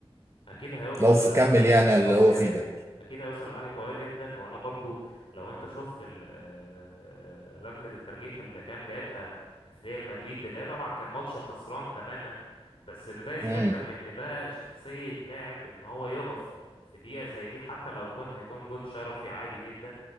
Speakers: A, on the left (about 60°); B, on the right (about 30°).
A: اكيد هيوصل
B: لو في
A: لحاجه
B: كمل يعني على
A: قويه
B: اللي هو فيه
A: جدا
B: ده
A: اكيد هيوصل لحاجه قويه جدا وانا برضو لو انت شفت ال- آه، ركله الترجيح اللي كان جايبها في ريال مدريد اللي هي طبعا كان ماتش خسران تماما بس ان ده يثبت
B: امم
A: لك ان ده شخصيه لاعب ان هو يقف في دقيقه زي دي حتى لو جون هيكون جون شرفي عادي جدا